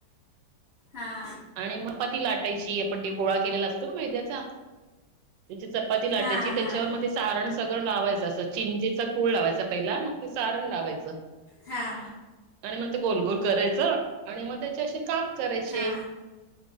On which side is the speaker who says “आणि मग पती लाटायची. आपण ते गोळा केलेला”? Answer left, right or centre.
Right